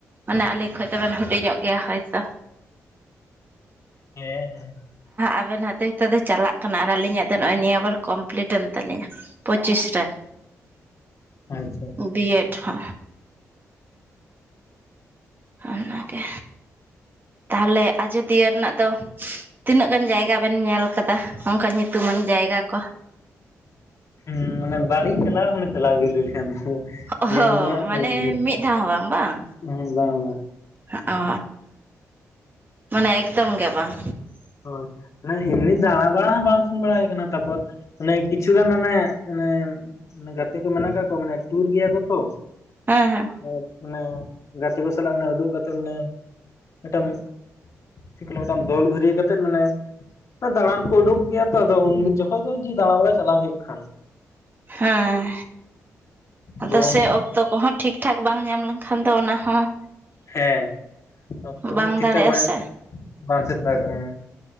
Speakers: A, on the right (about 35°); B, on the left (about 55°).
A: ᱢᱟᱱᱮ ᱟᱹᱞᱤᱧ ᱠᱷᱚᱱ ᱫᱚᱚᱵᱮᱱ ᱦᱩᱰᱤᱧᱚᱜ ᱜᱮᱭᱟ ᱦᱳᱭᱛᱳ᱾
B: ᱦᱮᱸ ᱦᱮᱸ᱾
A: ᱟᱵᱮᱱᱟᱜ ᱱᱤᱛᱚᱜ ᱫᱚ ᱪᱟᱞᱟᱜ ᱠᱟᱱᱟ ᱟᱨ ᱟᱹᱞᱤᱧᱟᱜ ᱫᱚ ᱱᱚᱜᱼᱚᱭ ᱱᱤᱭᱟᱹ ᱵᱟᱨ ᱠᱚᱢᱯᱞᱤᱤᱴ ᱮᱱ ᱛᱟᱞᱤᱧᱟ᱾ ᱯᱚᱸᱪᱤᱥ ᱨᱮ᱾
B: ᱟᱪᱷᱟ ᱾
A: ᱫᱤᱭᱮ ᱴᱷᱚ ᱟᱨ ᱚᱱᱟᱜᱮ᱾ ᱛᱟᱦᱞᱮ ᱟᱡᱳᱫᱤᱭᱟᱹ ᱨᱮᱱᱟᱜ ᱫᱚ᱾ ᱛᱤᱱᱟᱹᱜ ᱜᱟᱱ ᱡᱟᱭᱜᱟ ᱵᱮᱱ ᱧᱮᱞ ᱟᱠᱟᱫᱟ? ᱚᱱᱠᱟ ᱧᱩᱛᱩᱢᱟᱱ ᱡᱟᱭᱜᱟ ᱠᱚ ᱾
B: ᱦᱩᱸ ᱢᱟᱱᱮ ᱵᱟᱹᱞᱤᱧ ᱪᱟᱞᱟᱣ ᱠᱟᱱᱟ ᱪᱟᱞᱟᱣ ᱜᱮ ᱞᱟᱹᱭ ᱞᱮᱠᱷᱟᱱ᱾ ᱫᱚ
A: ᱚᱦᱚ
B: ᱧᱮᱞ ᱫᱚ ᱦᱟᱸᱜ ᱦᱮᱸ
A: ᱢᱟᱱᱮ ᱢᱤᱫ ᱫᱷᱟᱹᱣ ᱦᱚᱸ ᱵᱟᱝ, ᱵᱟᱝ?
B: ᱵᱟᱝ ᱵᱟᱝ
A: ᱦᱚᱸᱜ-ᱚ, ᱢᱟᱱᱮ ᱮᱠᱫᱚᱢ ᱜᱮ ᱵᱟᱝ᱾
B: ᱦᱳᱭ, ᱚᱱᱟ ᱮᱢᱱᱤ ᱫᱟᱬᱟ ᱵᱟᱲᱟ ᱦᱚᱸ ᱵᱟᱝ ᱥᱮᱱ ᱵᱟᱲᱟᱭ ᱠᱟᱱᱟ, ᱛᱟᱨᱯᱚᱨ ᱢᱟᱱᱮ ᱠᱤᱪᱷᱩ ᱜᱟᱱ ᱟᱱᱮ ᱟᱱᱮ ᱜᱟᱛᱮ ᱠᱚ ᱢᱮᱱᱟᱜ ᱠᱟᱫ ᱠᱚᱣᱟ ᱢᱟᱱᱮ ᱴᱩᱨ ᱜᱮᱭᱟ ᱠᱚ ᱛᱚ᱾
A: ᱦᱮᱸ ᱦᱮᱸ᱾
B: ᱮᱫ ᱟᱱᱮ ᱜᱟᱛᱮ ᱠᱚ ᱥᱟᱞᱟᱜ ᱩᱫᱩᱜ ᱠᱟᱛᱮ ᱢᱟᱱᱮ ᱢᱤᱫᱴᱟᱝ <unintelligible> ᱢᱤᱫᱴᱟᱝ ᱫᱚᱞ ᱵᱷᱟᱹᱨᱭᱟ ᱠᱟᱛ ᱛᱮᱫ ᱢᱟᱱᱮ ᱚᱭ ᱫᱟᱬᱟᱱ ᱠᱚ ᱩᱰᱩᱠᱚᱜ ᱜᱮᱭᱟ ᱛᱚ ᱟᱫᱚ ᱩᱱ ᱡᱚᱠᱷᱚᱱ ᱜᱮ ᱡᱮ ᱫᱟᱬᱟ ᱵᱟᱲᱟ ᱪᱟᱞᱟᱣ ᱦᱩᱭᱩᱜ ᱠᱷᱟᱱ᱾
A: ᱦᱮᱸ, ᱟᱫᱚ
B: ᱡᱮᱢᱚᱱ
A: ᱥᱮ ᱚᱠᱛᱚ ᱠᱚᱦᱚᱸ ᱴᱷᱤᱠ ᱴᱷᱟᱠ ᱵᱟᱝ ᱧᱟᱢ ᱞᱮᱱ ᱠᱷᱟᱱ ᱫᱚ ᱚᱱᱟ ᱦᱚᱸ
B: ᱦᱮᱸ, ᱚᱠᱛᱚ
A: ᱵᱟᱝ
B: ᱴᱷᱤᱠ
A: ᱫᱟᱲᱮᱜᱼᱟ
B: ᱴᱷᱟᱠ ᱵᱟᱝ
A: ᱥᱮ
B: <inaudible> ᱵᱟᱢ ᱥᱮᱱ ᱫᱟᱲᱮᱭᱟᱜᱼᱟ᱾